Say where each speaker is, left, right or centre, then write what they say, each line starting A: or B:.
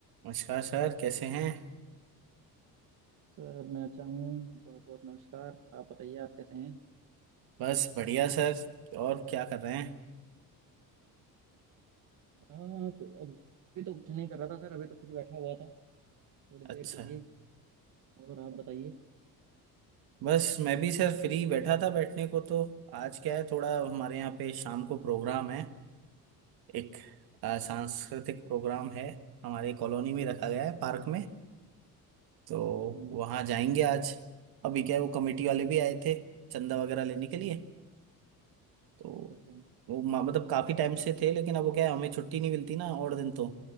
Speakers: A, on the right; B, on the right.
A: नमस्कार सर कैसे हैं
B: Sir मैं अच्छा हूँ बहुत बहुत नमस्कार आप बताइए आप कैसे हैं
A: बस बढ़िया सर और क्या कर रहे हैं
B: हाँ कु- अभी तो कुछ नहीं कर रहा था सर अभी तो फ्री बैठा हुआ था थोड़ी देर
A: अच्छा
B: के लिए और आप बताइए
A: बस मैं भी सर फ्री बैठा था बैठने को तो आज क्या है थोड़ा हमारे यहाँ पे शाम
B: अच्छा
A: को
B: अच्छा
A: प्रोग्राम है एक आ,
B: अच्छा
A: सांस्कृतिक प्रोग्राम है हमारे कॉलोनी में रखा गया है पार्क में तो
B: हम्म
A: वहाँ जाएंगे आज अभी क्या है वो कमेटी वाले भी आए थे चंदा वगैरह लेने के लिए तो
B: अच्छा अच्छा
A: वो म- मतलब काफी टाइम से थे लेकिन अब वो क्या है हमें छुट्टी नहीं मिलती ना और दिन तो